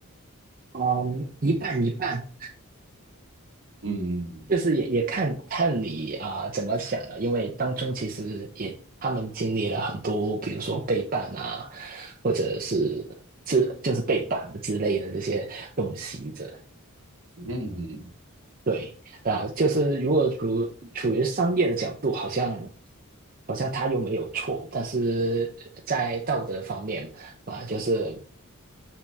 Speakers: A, on the right; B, on the right.
A: 嗯，一半一半，
B: 嗯
A: 就是也也看看你啊、呃怎么想了，因为当中其实也他们经历了很多，比如说背叛啊，或者是之就是背叛之类的这些东西的，
B: 嗯嗯
A: 对啊，就是如果处处于商业的角度，好像好像他又没有错，但是在道德方面啊，就是